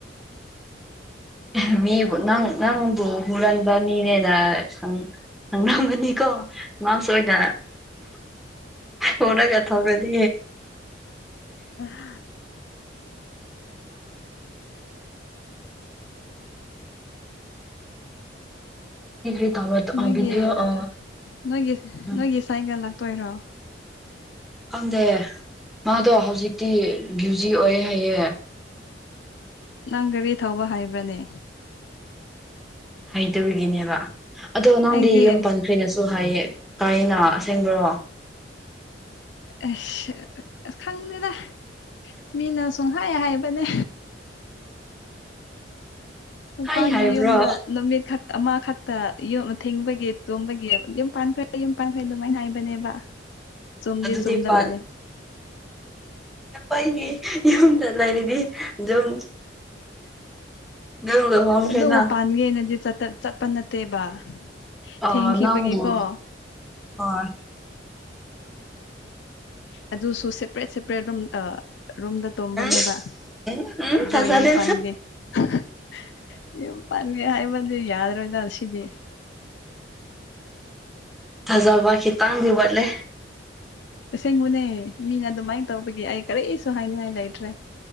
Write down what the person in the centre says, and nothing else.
ꯑꯥ ꯃꯤꯕꯨ ꯅꯪ ꯅꯪꯕꯨ ꯍꯨꯔꯥꯟꯕ ꯃꯤꯅꯦꯅ ꯁꯨꯝ ꯈꯡꯉꯝ ꯃꯅꯤꯀꯣ ꯃꯥꯥꯛꯁ ꯑꯣꯏꯅ
ꯑꯣꯔꯒ ꯊꯣꯛꯔꯗꯤ
ꯀꯔꯤ ꯀꯔꯤ ꯇꯧꯔ
ꯑ ꯚꯤꯗꯤꯑꯣ ꯑ
ꯎꯝ
ꯈꯪꯗꯦ ꯃꯥꯗꯣ ꯍꯧꯖꯤꯛꯇꯤ ꯕ꯭ꯌꯨꯖꯤ ꯑꯣꯏꯌꯦ ꯍꯥꯏꯌꯦ
ꯍꯩꯇꯕꯒꯤꯅꯦꯕ ꯑꯗꯣ ꯅꯪꯗꯤ
ꯌꯨꯝ ꯄꯥꯟꯈ꯭ꯔꯦꯅꯁꯨ ꯍꯥꯏꯌꯦ ꯀꯩꯅꯣ ꯑꯁꯦꯡꯕ꯭ꯔꯣ
ꯍꯥꯏ ꯍꯥꯏꯕ꯭ꯔꯣ
ꯑꯗꯨꯗꯤ
ꯄꯥꯠ ꯄꯥꯏꯅꯦ ꯌꯨꯝꯗ ꯂꯩꯔꯗꯤ ꯑꯗꯨꯝ ꯑꯗꯨꯝ ꯂꯨꯍꯣꯡꯈ꯭ꯔꯦꯅ
ꯑ
ꯅꯪꯕꯨ ꯍꯣꯏ
ꯎꯝ ꯎꯝ
ꯊꯥꯖꯗꯦ
ꯊꯖꯥꯕ ꯈꯤꯇꯪꯗꯤ ꯋꯥꯠꯂꯦ